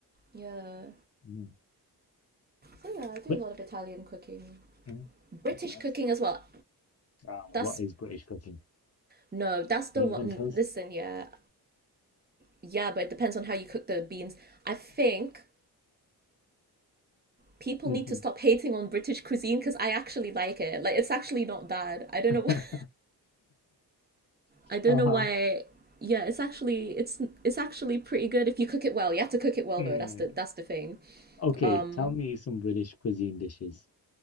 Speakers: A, on the right; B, on the left.
A: Yeah.
B: Mm.
A: So yeah, I do
B: But
A: a lot of Italian cooking.
B: mm,
A: British
B: that's nice.
A: cooking as well.
B: Uh,
A: That's
B: what is British cooking?
A: no, that's the
B: Beans
A: one.
B: and toast?
A: Listen,
B: <laughs>
A: yeah, Yeah, but it depends on how you cook the beans. I think people
B: Mhm.
A: need to stop hating on British cuisine because I actually like it. Like it's actually not bad. I don't
B: <laughs>
A: know why. <laughs> I don't
B: Uh-huh.
A: know why. Yeah, it's actually it's it's actually pretty good if you cook it well. You have to cook it well
B: Mm.
A: though. That's the that's the thing.
B: Okay,
A: Um,
B: tell me some British cuisine dishes.